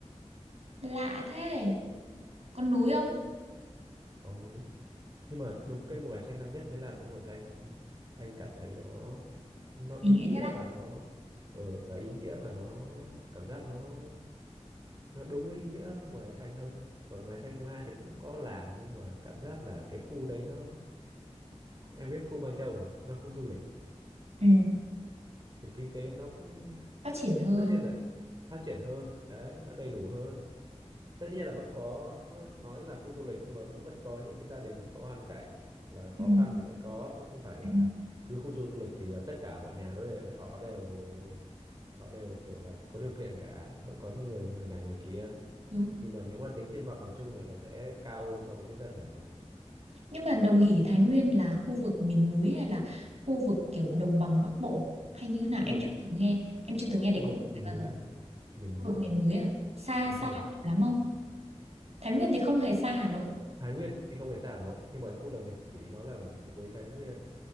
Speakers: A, on the right; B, on the right.
A: Lạ thế. Con núi không?
B: có núi nhưng mà đúng cái mùa vải xanh năm nhất mới là cái mùa xanh anh cảm thấy nó nó
A: Ý
B: ý
A: nghĩa
B: nghĩa
A: nhất.
B: và nó ờ và ý nghĩa và nó cảm giác nó nó đúng với ý nghĩa mùa hè xanh hơn còn mùa hè xanh năm hai thì cũng có làm nhưng mà cảm giác là cái khu đấy nó em biết khu Mai Châu mà nó khu du lịch
A: Ừ.
B: thì kinh tế nó cũng
A: Phát triển hơn.
B: tất nhiên là phát triển hơn đấy nó đầy đủ hơn tất nhiên là vẫn có nói là khu du lịch nhưng mà vẫn vẫn có những cái gia đình có hoàn cảnh hoặc là khó
A: Ừ.
B: khăn thì vẫn có chứ không phải là
A: ừ,
B: cứ khu du lịch thì là tất cả mọi nhà nó đều, họ đều họ đều kiểu là có điều kiện cả vẫn có những người người này người kia
A: Đúng.
B: nhưng mà nếu mà tính trên mặt bằng chung là nó sẽ cao hơn so với cái đợt đầu
A: Nhưng mà Đồng Hỷ Thái Nguyên là khu vực miền núi hay là khu vực kiểu đồng bằng Bắc Bộ hay như thế nào?
B: khu
A: Em
B: vực
A: chưa từng nghe. Em chưa từng nghe
B: khu
A: đến
B: vực
A: khu vực
B: miền
A: này bao
B: núi
A: giờ.
B: miền
A: Khu
B: núi
A: vực miền núi à? Xa
B: đúng rồi
A: xa Hà
B: nó-
A: Nội lắm không? Thái Nguyên thì không hề xa Hà Nội.
B: Thái Nguyên thì không phải xa Hà Nội nhưng mà khu Đồng Hỷ nó là gần cuối Thái Nguyên